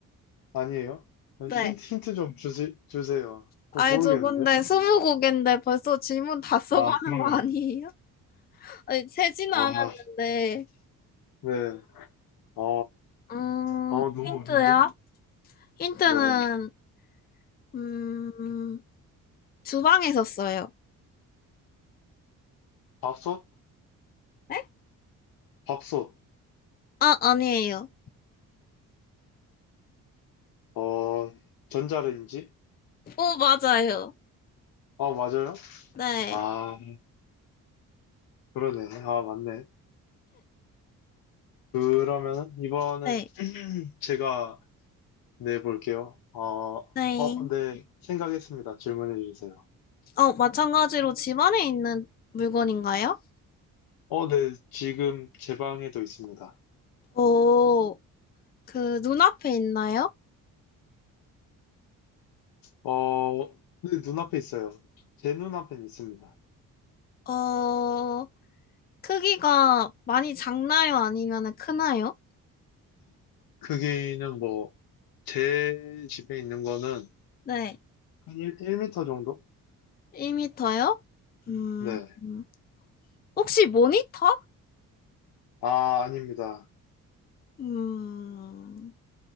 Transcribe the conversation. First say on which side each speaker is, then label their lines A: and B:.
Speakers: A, on the left; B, on the left.
A: 아니에요? 아니,
B: 네.
A: 힌트, 힌트 좀 주시, 주세요.
B: 아이저
A: 어, 모르겠는데?
B: 근데 스무 곡인데 벌써 질문 다 써고
A: 아,
B: 하는
A: 그런가요?
B: 거 아니에요? 아니, 세지는
A: 아,
B: 않았는데.
A: 네. 어,
B: 음,
A: 어, 너무
B: 힌트요?
A: 어려운데?
B: 힌트는,
A: 네.
B: 음, 주방에서 써요.
A: 밥솥?
B: 네?
A: 밥솥.
B: 아, 아니에요.
A: 어, 전자레인지?
B: 어, 맞아요.
A: 아, 맞아요?
B: 네.
A: 아, 그러네. 아, 맞네. 그러면 이번은
B: 네.
A: <clears throat> 제가 네, 볼게요. 어,
B: 네.
A: 어, 네, 생각했습니다. 질문해 주세요.
B: 어, 마찬가지로 집안에 있는 물건인가요?
A: 어, 네, 지금 제 방에도 있습니다.
B: 어, 그 눈앞에 있나요?
A: 어, 네, 눈앞에 있어요. 제 눈앞에 있습니다.
B: 어, 크기가 많이 작나요? 아니면 크나요?
A: 크기는 뭐, 제 집에 있는 거는
B: 네.
A: 한 1, 일미터 정도?
B: 1미터요? 음,
A: 네.
B: 음. 혹시 모니터?
A: 아, 아닙니다.
B: 음,